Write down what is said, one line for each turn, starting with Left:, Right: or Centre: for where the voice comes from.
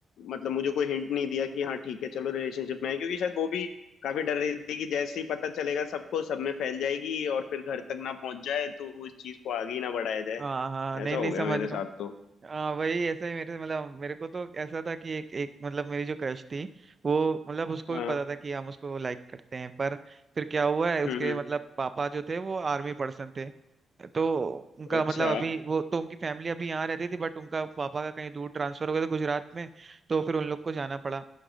Left: मतलब मुझे कोई हिंट नहीं दिया कि हाँ ठीक है चलो रिलेशनशिप में है क्योंकि शायद वो भी काफी डर रही थी कि जैसे ही पता चलेगा सबको सब में फैल जाएगी और फिर घर तक ना पहुंच जाए तो इस चीज को आगे ही ना बढ़ाया जाए
Right: हाँ हाँ नहीं
Left: ऐसा हो
Right: नहीं
Left: गया
Right: समझ
Left: मेरे
Right: रहा
Left: साथ
Right: हूँ
Left: तो
Right: हाँ वही ऐसे ही मेरे मतलब मेरे को तो ऐसा था कि एक एक मतलब मेरी जो क्रश थी वो मतलब उसको
Left: हाँ
Right: भी पता था कि हम उसको लाइक करते हैं पर फिर क्या हुआ है उसके
Left: हम्म हम्म
Right: मतलब पापा जो थे वो आर्मी पर्सन थे तो उनका
Left: अच्छा
Right: मतलब अभी वो तो उनकी फैमिली अभी यहाँ रहती थी बट उनका पापा का कहीं दूर ट्रांसफर हो गया था गुजरात में तो फिर उन लोग को जाना पड़ा